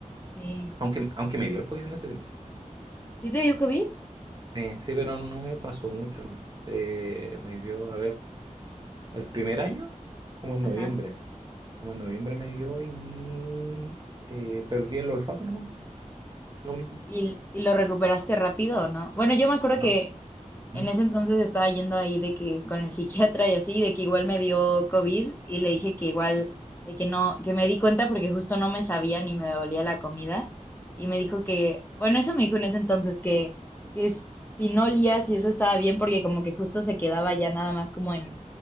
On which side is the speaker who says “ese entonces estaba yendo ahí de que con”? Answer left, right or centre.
Left